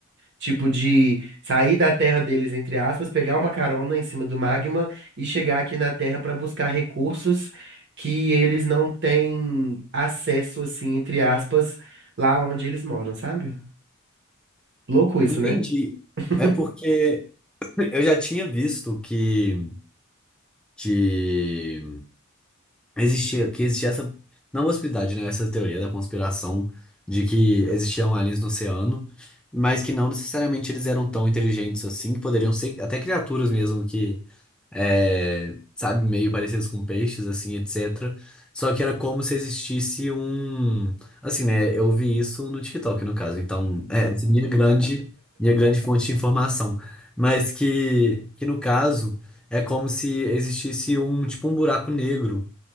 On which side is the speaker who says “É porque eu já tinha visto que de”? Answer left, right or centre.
Centre